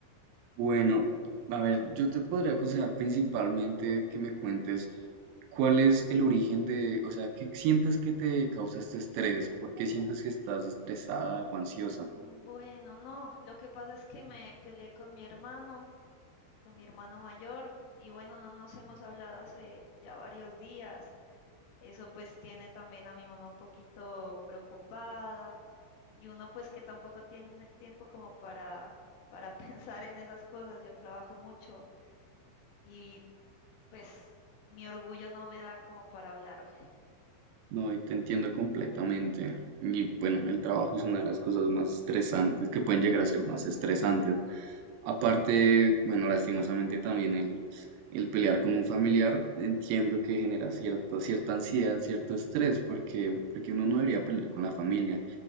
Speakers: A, on the right; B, on the left.
A: bueno, a ver, yo te podría aconsejar principalmente que me cuentes cuál es el origen de, o sea, ¿qué sientes que te causa este estrés? ¿Por qué sientes que estás estresada o ansiosa?
B: Mm, Bueno, no, lo que pasa es que me peleé con mi hermano, con mi hermano mayor, y bueno, no nos hemos hablado hace ya varios días. Eso pues tiene también a mi mamá un poquito preocupada, y uno pues que tampoco tiene tiempo como para, para <laughs> pensar en esas cosas. Yo trabajo mucho y pues mi orgullo no me da como para hablarle.
A: No, y te entiendo completamente. Y bueno, el trabajo es una de las cosas más estresantes, que pueden llegar a ser más estresantes. Aparte, bueno, lastimosamente también el, el pelear con un familiar, entiendo que genera cierta, cierta ansiedad, cierto estrés, porque, porque uno no debería pelear con la familia.